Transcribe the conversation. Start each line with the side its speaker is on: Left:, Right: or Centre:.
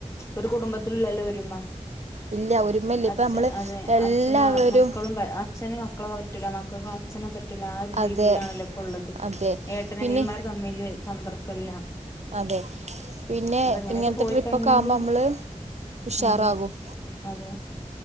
Left: ഒരു കുടുംബത്തിലുള്ളല്ലോ <unintelligible> <unintelligible>
Right: ഇല്ല ഒരുമല്ല ഇപ്പ
Left: അച്ഛൻ
Right: നമ്മള്
Left: അതെ
Right: എല്ലാവരും
Left: അച്ഛന് മക്കളും അച്ഛന് മക്കളെ പറ്റൂല്ല മക്കൾക്ക് അച്ഛനെ <unintelligible> <unintelligible> ആ ഒരു
Right: അതെ
Left: രീതിയിലാണല്ലോ ഇപ്പ ഉള്ളത്
Right: അതെ
Left: <unintelligible>
Right: പിന്നെ
Left: അല്ലേ സമ്പർക്കം എല്ലാം
Right: അതെ പിന്നെ
Left: അപ്പൊ എങ്ങനെയൊക്കെ
Right: ഇങ്ങനത്തെ
Left: പോയി
Right: ട്രിപ്പൊക്കെ
Left: കഴിഞ്ഞാല്
Right: ആകുമ്പോ നമ്മള് ഉഷാറാകും
Left: അതെ അതെ